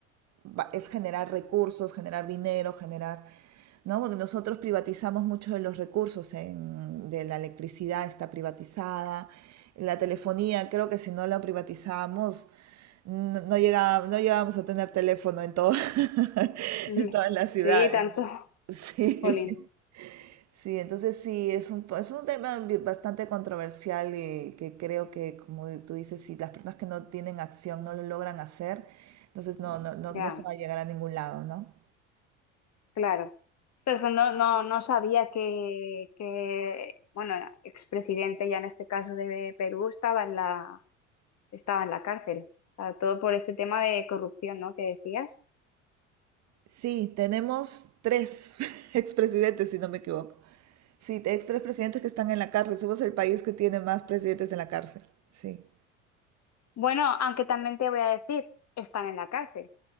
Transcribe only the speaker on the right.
va- es generar recursos, generar dinero, generar... ¿no? Porque nosotros privatizamos mucho de los recursos, en- de la electricidad está privatizada, la telefonía, creo que si no la privatizamos, no, no llegaba- no llegábamos a tener teléfono en todo- <laughs>
en todas las
ciudades.
¿no?
Sí.
Sí, entonces sí, es un, po- es un tema bi- bastante controversial y que creo que, como tú dices, si las personas que no tienen acción no lo logran hacer, entonces no, no, no,
no se va a llegar a ningún lado, ¿no?
Sí, tenemos tres <laughs> expresidentes, si no me equivoco. Sí, ex tres presidentes que están en la cárcel. Somos el país que tiene más presidentes en la cárcel. Sí.